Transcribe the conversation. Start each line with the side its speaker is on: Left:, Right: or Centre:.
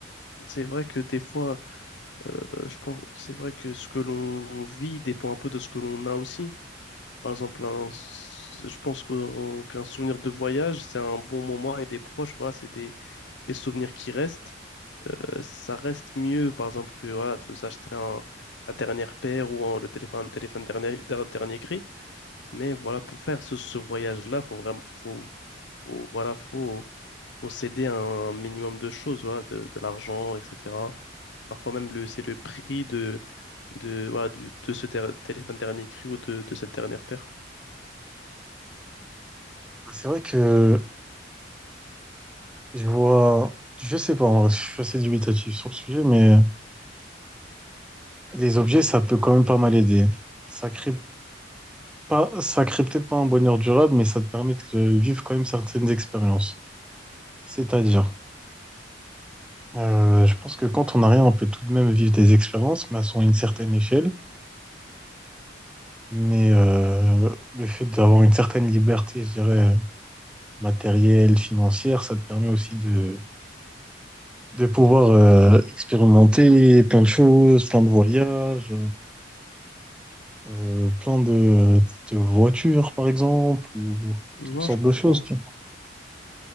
Left: C'est vrai que des fois, euh, je pense, c'est vrai que ce que l'on vit dépend un peu de ce que l'on a aussi. Par exemple, un, s- je pense qu'un qu'un souvenir de voyage, c'est un bon moment avec des proches, voilà, c'est des, des souvenirs qui restent. euh, ça reste mieux, par exemple, que voilà, de s'acheter un, la dernière paire ou un- le téléphone, téléphone dernier, der- dernier cri. Mais voilà, pour faire ce, ce voyage-là, faut vraiment, faut, faut- voilà, faut, faut céder à un minimum de choses, voilà, de, de l'argent, etc. Parfois même, le, c'est le prix de, de, voilà, du, de ce der- téléphone dernier cri ou de, de cette dernière paire.
Centre: Bah, C'est vrai que je vois, je sais pas, en vrai, je suis assez dubitatif sur le sujet, mais les objets, ça peut quand même pas mal aider. Ça crée Pas, ça crée peut-être pas un bonheur durable, mais ça te permet de euh, vivre quand même certaines expériences. C'est-à-dire, euh, je pense que quand on n'a rien, on peut tout de même vivre des expériences, mais elles sont à une certaine échelle. Mais euh, le fait d'avoir une certaine liberté, je dirais, matérielle, financière, ça te permet aussi de, de pouvoir euh, expérimenter plein de choses, plein de voyages, euh, plein de, de voitures, par exemple, ou
Left: Non,
Centre: toutes sortes
Left: je comprends.
Centre: de choses. tu